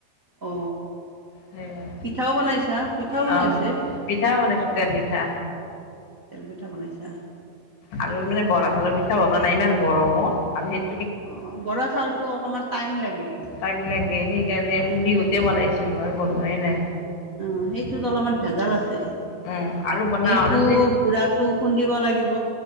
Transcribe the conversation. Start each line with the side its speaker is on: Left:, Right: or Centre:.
Right: অ
Left: সেয়া
Right: পিঠাও বনাইছা? পিঠাও বনাৱা
Left: অ
Right: হৈছে?
Left: পিঠা বনাইছো তেল পিঠা।
Right: তেল পিঠা বনাইছা?
Left: আৰু মানে বৰা চাউলৰ পিঠা বনোৱা নাই ইমান গৰমত আৰু সেই
Right: অ বৰা চাউলটো অকমান টাইম লাগে।
Left: টাইম লাগে সেইকাৰণে
Right: টাইম
Left: বিহুতে
Right: লাগে।
Left: বনাইছিলোঁ আৰু বনোৱাই নাই।
Right: অ সেইটোত অলপমান ভেজাল আছে,
Left: উম আৰু বনাও
Right: সেইটো
Left: আৰু যে
Right: গুড়াটো খুন্দিব লাগিব।